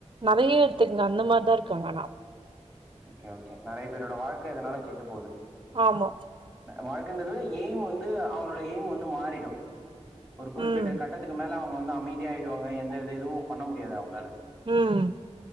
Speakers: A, on the right (about 45°); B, in the centre.
A: நறய எடுத்துக்குங்க அந்த மாரிதா இருக்காங்க ஆனா
B: ஓகே ஓகே நறய பேர் என்னோட வாழ்க்க அதனால கெட்டு போது
A: ஆமா
B: வாழ்க்கன்றதுல எய்ம் வந்து அவங்களோட எய்ம் வந்து மாறிடு ஒரு குறிப்பிட்ட
A: ம்
B: கட்டத்துக்கு மேல அவ வந்து அமைதியா ஆயிடுவாங்க எந்த வித இதுவு பண்ண முடியாது அவங்களால
A: ம்ம்